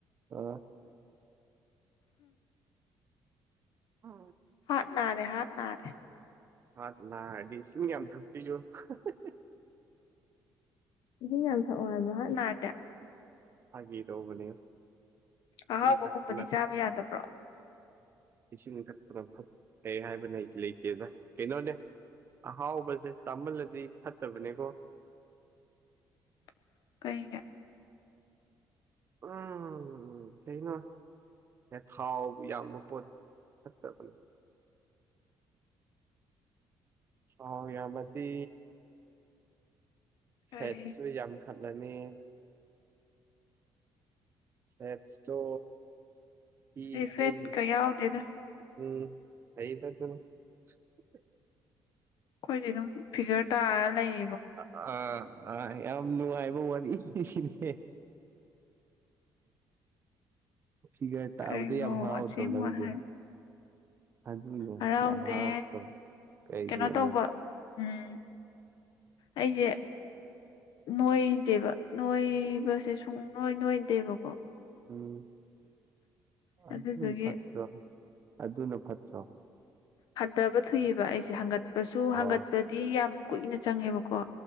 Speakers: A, on the right; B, on the left.
A: ꯑ ꯍ
B: ꯍꯔꯠ꯭ ꯅꯔꯦ ꯍꯔꯠ ꯅꯥꯔꯦ
A: ꯍꯥꯠ ꯅꯥꯔꯗꯤ ꯏꯁꯤꯡ <unintelligible>
B: ꯏꯁꯤꯡ ꯌꯥꯝ ꯊꯥꯛ ꯑꯣ ꯍꯥꯏꯕꯥ ꯍꯥꯔꯠ꯭ ꯅꯔꯗꯤ
A: ꯐꯥꯒꯤ ꯇꯧꯕꯅꯦ ꯏꯁꯤꯡ
B: ꯑꯍꯥꯎꯕꯒꯨꯝꯕꯗꯤ
A: ꯊꯛꯄꯅ
B: ꯆꯥꯕ ꯌꯥꯗꯕ꯭ꯔꯣ
A: ꯏꯁꯤꯡ ꯃ ꯊꯛꯄ ꯐꯠꯩ ꯍꯥꯏꯕ ꯂꯩꯇꯦꯗ ꯀꯩꯅꯣꯅꯦ ꯑꯍꯥꯎꯕꯁꯦ ꯆꯥꯝꯃꯜꯂꯗꯤ ꯐꯠꯇꯕꯅꯦꯀꯣ
B: <inaudible> ꯀꯩꯒꯤ
A: ꯑꯣ ꯎꯝ ꯀꯩꯅꯣ ꯊꯥꯎ ꯌꯥꯝꯕ ꯄꯣꯠ ꯐꯠꯇꯕꯅꯤ ꯍꯥꯎ ꯌꯥꯃꯗꯤ ꯐꯦꯠꯁꯨ
B: ꯑꯩꯈꯣꯏꯗꯤ
A: ꯌꯥꯝ ꯈꯜꯂꯅꯤ ꯐꯠꯇꯣ ꯏ ꯆꯦꯟ
B: ꯐꯦꯠꯀ ꯌꯥꯎꯗꯦꯗ
A: ꯎꯝ <unintelligible>
B: ꯑꯩꯈꯣꯏꯗꯤ ꯑꯗꯨꯝ ꯐꯤꯒꯔ ꯇꯥꯔ ꯂꯩ
A: ꯑꯥ ꯑꯥ ꯌꯥꯝ ꯅꯨꯡꯉꯥꯏꯕ ꯋꯥꯔꯤ ꯁꯤꯅꯦ ꯐꯤꯒꯔ ꯇꯥꯕꯗ
B: ꯀꯩꯅꯣ
A: ꯌꯥꯝ ꯍꯔꯥꯎꯗ꯭ꯔꯣ
B: ꯑꯁꯦꯡꯕ
A: ꯅꯪꯗꯤ
B: ꯍꯥꯏ
A: ꯑꯗꯨꯅ
B: ꯍꯔꯥꯎꯗꯦ
A: ꯌꯥꯝ ꯍꯔꯥꯎꯇ꯭ꯔꯧ ꯀꯩꯒꯤ
B: ꯀꯩꯅꯣ
A: ꯑꯃꯣ
B: ꯇꯧꯕ ꯎꯝ ꯑꯩꯁꯦ ꯅꯣꯏꯗꯦꯕ ꯅꯣꯏꯕꯁꯦ ꯁꯨꯡ ꯅꯣꯏ ꯅꯣꯏꯗꯦꯕꯀꯣ
A: ꯎꯝ
B: ꯑꯗꯨꯗꯨꯒꯤ
A: ꯑꯗꯨ ꯈꯠꯇ꯭ꯔ ꯑꯗꯨꯅ ꯐꯠꯇ꯭ꯔꯣ
B: ꯍꯟꯊꯕ ꯊꯨꯏꯕ ꯑꯩꯁꯦ ꯍꯪꯒꯠꯄꯁꯨ ꯍꯪꯒꯠꯄꯗꯤ
A: ꯑꯣ
B: ꯌꯥꯝ ꯀꯨꯏꯅ ꯆꯪꯉꯦꯕꯀꯣ